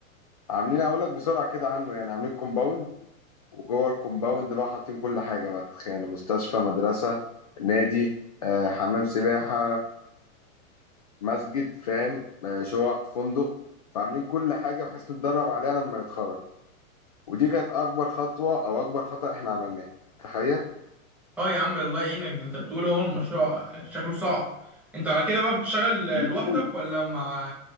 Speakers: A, on the left; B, in the centre.
A: عاملين اقول لك بسرعة كده عنه يعني عاملين كومباوند وجوه الكومباوند بقى حاطين كل حاجة بقى تخيل مستشفى مدرسة نادي آه، حمام سباحة مسجد فاهم آه، شقق فندق فعاملين كل حاجه بحيث نتدرب عليها لما نتخرج ودي كانت اكبر خطوه او اكبر خطأ احنا عملناه تخيل
B: اه يا عم الله يعينك ده انت بتقول اهو المشروع شكله صعب انت على كده بقى بتشتغل
A: كبير
B: لوحدك
A: قوي ده
B: ولا مع